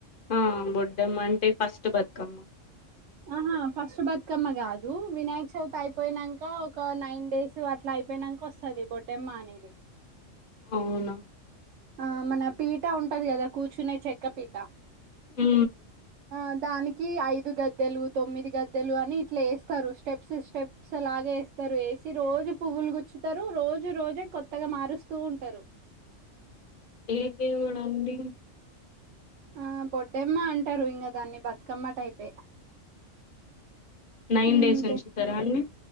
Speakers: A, on the left; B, on the right.
A: ఆ బొడ్డెమ్మ అంటే ఫస్ట్ బతుకమ్మ
B: ఆహా ఫస్ట్ బతుకమ్మ కాదు వినాయక చవితి అయిపోయినంక ఒక నైన్ డేస్ అట్లా అయ్ అయిపోయినంక వస్తది బొడ్డెమ్మ అనేది
A: అవునా
B: ఆ మన పీట ఉంటది కదా కూర్చునే చెక్క పీట
A: హు
B: ఆ దానికి ఐదు గద్దెలు తొమ్మిది గద్దెలు అని ఇట్లా వేస్తారు స్టెప్స్ స్టెప్సలాగే స్తుతరు వేసి రోజు పువ్వులు గుచ్చుతారు రోజు రోజే కొత్తగా మారుస్తుంటారు
A: ఏ దేవుడండి
B: ఆ బొడ్డెమ్మ అంటారు ఇంగ దాన్ని బతుకమ్మ టైపే
A: నైన్
B: ఉమ్,
A: డేస్ ఉంచుతారండీ